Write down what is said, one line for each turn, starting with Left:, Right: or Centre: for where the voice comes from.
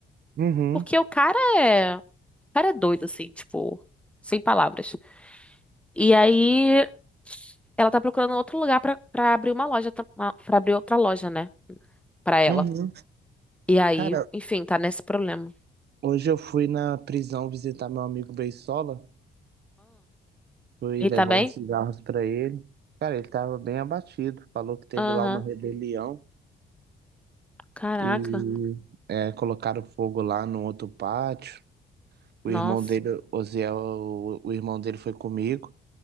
Right: Uhum.
Centre: Porque o cara é. O cara é doido, assim, tipo, sem palavras. E aí, ela tá procurando outro lugar pra, pra abrir uma loja, tam- uma- pra abrir outra loja, né? Pra ela.
Right: Uhum.
Centre: E aí,
Right: Cara,
Centre: enfim, tá nesse problema.
Right: hoje eu fui na prisão visitar meu amigo Beisola. Fui
Centre: E
Right: levar
Centre: tá bem?
Right: uns cigarros pra ele. Cara, ele tava bem abatido. Falou que teve
Centre: Aham.
Right: lá uma rebelião
Centre: Caraca.
Right: e é, colocaram fogo lá no outro pátio. O
Centre: Nossa.
Right: irmão dele, Osiel, o, o irmão dele foi comigo.